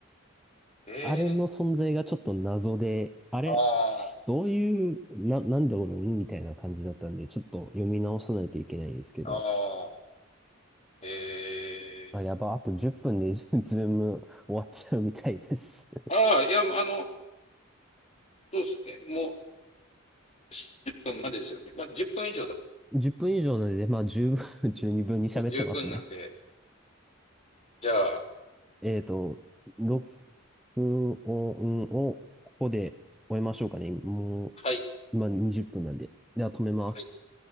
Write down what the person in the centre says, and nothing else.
あれの存在がちょっと謎で、あれ
どういう、な、なんでおるんみたいな感じだったんで、ちょっと読み直さないといけないんですけど。
あ、やば、あと10分で <laughs> ズーム終わっちゃうみたいです。
<laughs> 10分以上なので、まあ十分、<laughs> 十二分に喋ってますね。
えっと、録音をここで終えましょうかね。も
う、まあ20分なんで。では止めます。